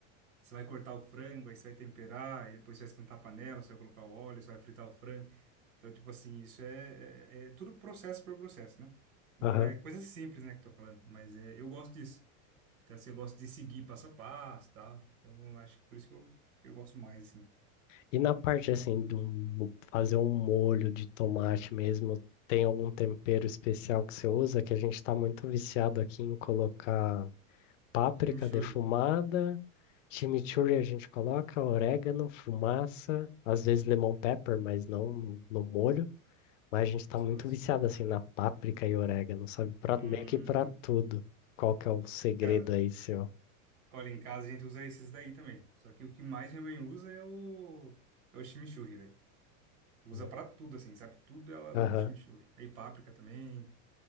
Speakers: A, on the right; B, on the left.
A: Você vai cortar o frango, aí você vai temperar, aí depois você vai esquentar a panela, você vai colocar o óleo, você vai fritar o frango. Então, tipo assim, isso é, é, é tudo processo por processo, né?
B: Aham.
A: É coisa simples, né, que eu tô falando, mas é, eu gosto disso. Então, assim, eu gosto de seguir passo a passo e tal. Então, eu acho que por isso que eu, que eu gosto mais, assim.
B: E na parte assim de um- fazer um molho de tomate mesmo, tem algum tempero especial que você usa? Que a gente tá muito viciado aqui em colocar páprica
A: Chimichurri,
B: defumada, chimichurri a gente coloca, orégano, fumaça, às vezes lemon pepper, mas não no, no molho. Mas a gente
A: gostoso.
B: tá muito viciado assim na páprica e orégano, sabe? Pra,
A: Uhum.
B: meio que pra tudo. Qual que é o segredo
A: Cara,
B: aí, seu?
A: olha, em casa a gente usa esses daí também. Só que o que mais minha mãe usa é o, é o chimichurri, velho. Usa
B: Hum.
A: pra tudo, assim, sabe? Tudo ela
B: Aham.
A: usa chimichurri. Aí páprica também.